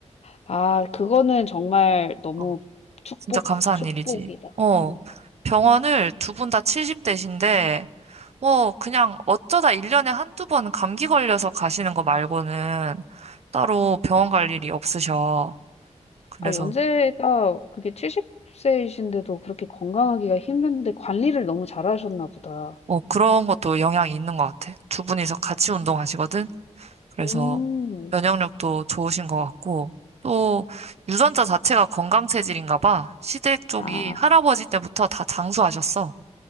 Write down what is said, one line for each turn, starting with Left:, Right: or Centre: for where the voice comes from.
Left: 아 그거는 정말 너무
Right: 어.
Left: 축복,
Right: 진짜 감사한
Left: 축복이다.
Right: 일이지. 어,
Left: 음.
Right: 병원을 두 분 다 70대신데, 뭐, 그냥 어쩌다 1년에 한두 번 감기 걸려서 가시는 거 말고는 따로 병원 갈 일이 없으셔. 그래서,
Left: 아 연세가 그게 70 세이신데도 그렇게 건강하기가 힘든데 관리를 너무 잘하셨나 보다.
Right: 어, 그런 것도 영향이 있는 것 같아. 두 분이서 같이 운동하시거든? 그래서
Left: 음.
Right: 면역력도 좋으신 것 같고, 또 유전자 자체가 건강 체질인가 봐. 시댁 쪽이
Left: 아.
Right: 할아버지 때부터 다 장수하셨어.